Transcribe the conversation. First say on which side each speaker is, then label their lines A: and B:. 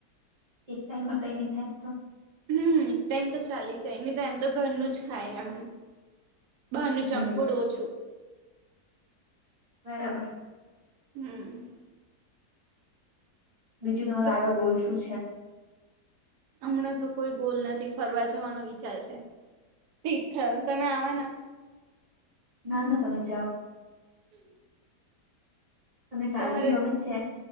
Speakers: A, on the right; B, on the right.
A: એક ટાઈમમાં કઈ નહી થાય એમ તો
B: હમ એક ટાાઈમ તો ચાલી જાય નને તો એમ તો ઘરનું જ ખાય એમ બહાર નું જંક
A: હમ
B: ફૂડ ઓછું
A: બરાબર
B: હમ
A: બીજું તમારો
B: તો
A: આગળ ગોલ શું છે
B: હમણાં તો કોઈ ગોલ નથી ફરવા જવાનો વિચાર છે તિથલ તમે આવે
A: ના ના તમે જાઓ
B: હમ
A: તમને ટ્રાવેલિંગ
B: તમારે
A: ગમે છે